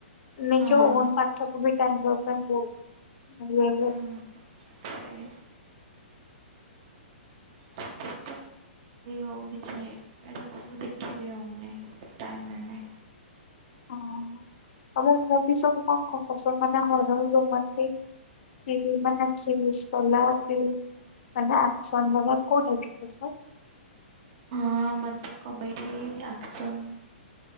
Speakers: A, on the left; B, on the right.
A: ନା
B: ହଁ
A: ଏଯଉ ଓନ୍ ପାଠକୁ ବି ଟାଇମ୍ ଦବା ପାଇଁ ବହୁ
B: ହୁଁ। ସେଇ ସେଥିରେ ହଉ କିଛି ନିଏ। ଏଡ଼ା ସବୁ ଦେଖି ବି ହେଉନି ଟାଇମ୍ ମିଳୁନି।
A: ହଁ ତମର ବି ସବୁ କଣ କଣ ପସନ୍ଦ ମାନେ ହରର ରୋମାଣ୍ଟିକ। <unintelligible> ମାନେ ସେଇ <unintelligible> ପଲାର୍ ୟୁ ମାନେ ଆକ୍ସନ୍ ନେଲ କୋଉଟାଇପ୍ ର ପସନ୍ଦ୍?
B: ହଁ ମୋତେ କମେଡ଼ି, ଆକ୍ସନ୍